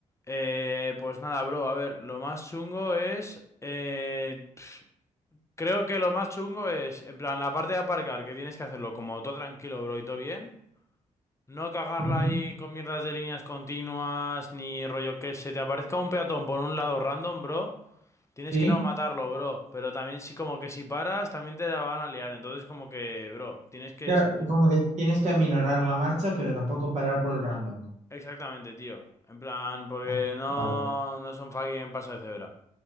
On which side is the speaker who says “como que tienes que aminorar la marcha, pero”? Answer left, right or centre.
Right